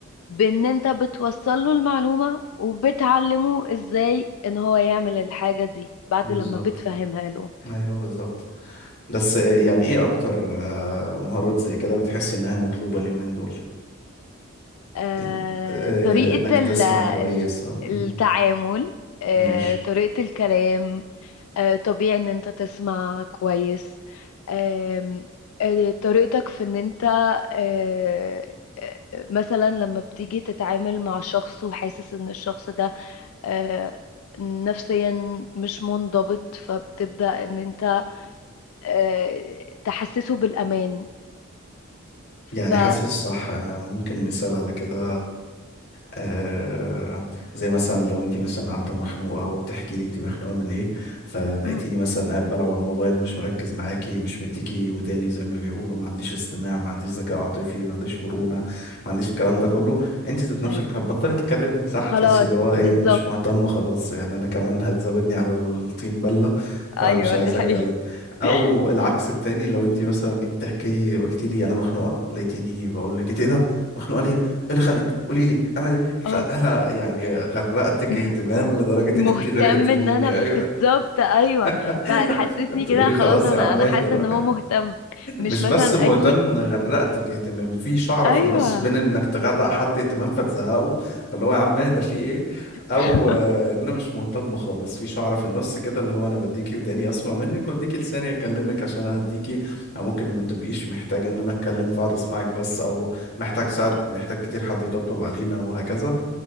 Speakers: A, on the left; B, on the left.
A: بان انت بتوصل له المعلومة وبتعلمه ازاي ان هو يعمل الحاجة دي بعد
B: بالظبط
A: لما بتفهمها له
B: ايوه بالظبط بس آه، يعني ايه اكتر آه، مهارات زي كده بتحس انها مطلوبة اليومين دول
A: آه،
B: إيه، آه،
A: طريقة
B: انك تسمع
A: ال- ال-
B: كويس ولا
A: التعامل
B: مم،
A: آه،
B: ماشي
A: طريقة الكلام آه، طبيعي ان انت تسمع كويس آم، آه، طريقتك في ان انت آه، آه، مثلا لما بتيجي تتعامل مع شخص وحاسس ان الشخص ده آه، نفسيا مش منضبط فبتبدأ ان انت آه، تحسسه بالأمان
B: يعني
A: ف
B: حاسس صح آه، ممكن مثال على كده آه، زي مثلا لو انت مثلا قاعده مخنوقه وبتحكي لي انت مخنوقه من ايه فلقيتيني
A: مم،
B: مثلا قاعد بلعب على الموبايل ومش مركز معاكي مش مديكي وداني زي ما بيقولوا ما عنديش استماع ما عنديش ذكاء عاطفي ما عنديش مرونه ما عنديش الكلام ده كله انت ذات نفسك
A: ايوه
B: هتبطلي تتكلمي صح
A: خلاص
B: تحسي اللي هو ايه
A: بالظبط
B: انا مش مهتم خلاص يعني انا كمان هتزودني على الطين بله
A: ايوه
B: فانا مش عايز
A: دي حقيقة
B: اتكلم او
A: <laughs>
B: العكس التاني لو انت مثلا جيت تحكي لي قلت لي انا مخنوقه لقيتيني بقول لك انت ايه ده مخنوقه ليه ايه اللي خانقك قولي لي اعمل ايه فانا
A: اه
B: يعني غرقتك
A: م-
B: اهتمام
A: م-
B: لدرجه
A: مهتم
B: ان انت غرقتي
A: ان
B: مني
A: انا بالظبط
B: ايوه
A: ايوه
B: <laughs>
A: فهتحسسني
B: تقولي
A: كده
B: لي
A: خلاص
B: خلاص
A: انا
B: يا عم
A: انا
B: اهدى
A: حاسه
B: بقى
A: ان هو مهتم مش
B: مش
A: مثلا
B: بس مهتم
A: اجي
B: غرقتك اهتمام في شعرة
A: ايوه
B: في النص بين انك تغرق حد اهتمام فتزهقه فاللي هو يا عم اهدى في ايه او
A: <laughs>
B: آه، ان انا مش مهتم خالص في شعرة في النص كده اللي هو انا بديكي وداني اسمع منك واديكي لساني اكلمك عشان اهديكي او ممكن ما تبقيش محتاجة ان انا اتكلم فاقعد اسمعك بس او محتاج ساعات
A: آه.
B: محتاج كتير حد يطبطب علينا وهكذا